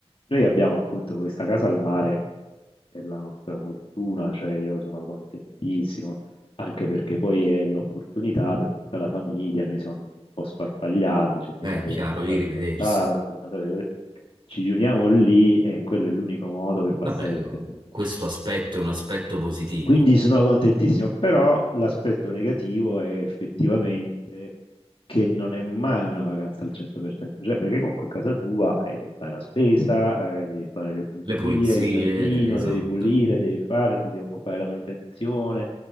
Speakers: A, on the left; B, on the right.
A: Noi abbiamo appunto questa casa al mare, è la nostra fortuna, cioè io sono contentissimo, anche perché poi è l'opportunità per tutta la famiglia, noi siamo tutti un po' sparpagliati, c'è mia
B: è
A: madre
B: chiaro
A: che ancora
B: di rivedersi.
A: giù a Taranto, mia madre- ci riuniamo lì e quello è l'unico modo per passare
B: Vabbè,
A: il tempo insieme.
B: questo aspetto è un aspetto positivo.
A: Quindi sono contentissimo, però l'aspetto negativo è effettivamente che non è mai una vacanza al 100%, cioè perché comunque a casa tua eh, devi fare la spesa, eh, devi fare le pulizie,
B: Le pulizie,
A: il giardino,
B: eh, esatto.
A: devi pulire, devi fare, ti devi occupare della manutenzione.